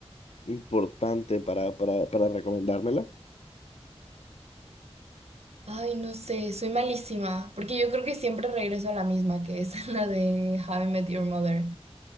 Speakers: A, on the left; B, on the right.
A: importante para, para, para recomendármela.
B: Ay, no sé, soy malísima, porque yo creo que siempre regreso a la misma, que es <laughs> la de How I Met Your Mother,